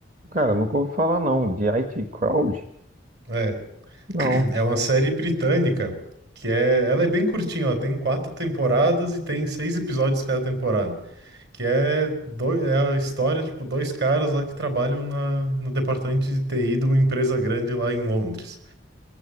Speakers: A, on the right; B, on the right.
A: Cara, nunca ouvi falar não. De IT Crowd?
B: é
A: Não.
B: É uma série britânica que é, ela é bem curtinha, ela tem quatro temporadas e tem seis episódios cada temporada, que é, dois, é a história, tipo, dois caras lá que trabalham na, no departamento de TI de uma empresa grande lá em Londres.